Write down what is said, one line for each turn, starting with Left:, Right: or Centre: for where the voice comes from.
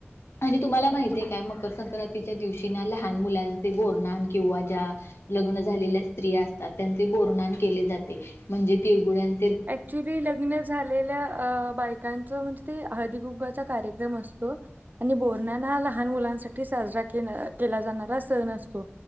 Left: आणि तुम्हांला माहिती आहे काय मकर संक्रांतीच्या दिवशी ना लहान मुलांचे बोरन्हाण किंवा ज्या लग्न झालेल्या स्त्री असतात, त्यांचे बोरनान केले जाते, म्हणजे तिळगुळ्यां-
Right: अक्च्युली लग्न झालेल्या बायकांच म्हणजे- हळदी कुंकूचा कार्यक्रम असतो आणि बोरन्हान हा लहान मुलांसाठी साजरा केला केला जाणारा सण असतो,